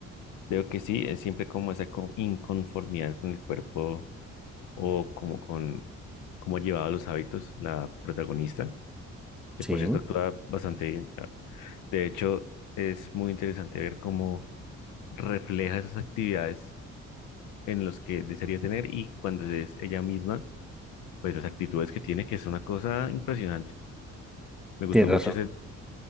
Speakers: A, on the left; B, in the centre.
A: veo que sí, es siempre como esa co- inconformidad con el cuerpo o como con cómo llevaba los hábitos la protagonista. que
B: sí,
A: por cierto actúa bastante bien. Ah, De hecho, es muy interesante ver cómo refleja esas actividades en las que desearía tener y cuando es ella misma, pues las actitudes que tiene, que es una cosa impresionante. Me gustó
B: tienes
A: mucho
B: razón.
A: ese,